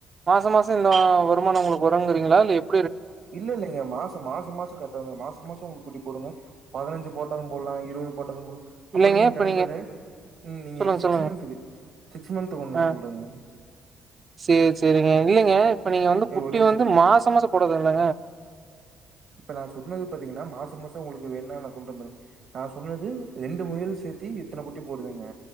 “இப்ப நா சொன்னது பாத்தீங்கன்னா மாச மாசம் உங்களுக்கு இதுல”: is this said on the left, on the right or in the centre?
Right